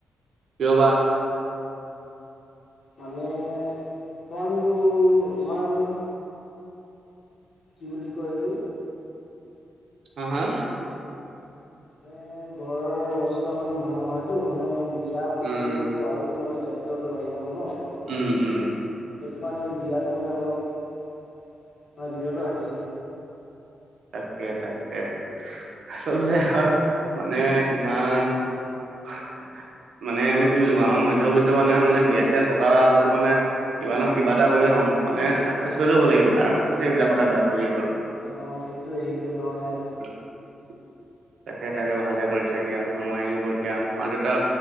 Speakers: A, on the right (about 70°); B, on the left (about 50°).
A: কিয় বা?
B: মানে প্লানটো ইমান - কি বুলি কয় এইটো?
A: হা হা?
B: মানে ঘৰৰ অৱস্থা ইমান ভাল নহয়তো। মানে বিয়া পাতিলেতো
A: উম
B: আৰু মানে দায়িত্ব - দায়িত্ব টো বাঢ়ি যাব ন পটক কৈ।
A: উম উম
B: সেইটো কাৰণে বিয়াটো মানে অলপ মানে বিৰত ৰাখিছোঁ।
A: তাকে তাকে, আচলতে হয় - মানে সিমান - মানে আমি কি বুলি কওঁ আমাৰ মধ্যবিত্ত মানুহে মানে বিয়া চিয়া পতাৰ আগতো মানে - কিবা নহয় কিবা এটা কৰি হ'ম মানে চাকচেক্স হৈ ল'ব লাগিব তাৰ পিছতহে এইবিলাক কথা ভাবিব লাগিব আৰু।
B: অঁ সেইটোৱে সেইটো কাৰণে -
A: <inaudible> তাকে তাকে ভালে কৰি চাই দিয়া সময় আহিব এতিয়া। মা দেউতা,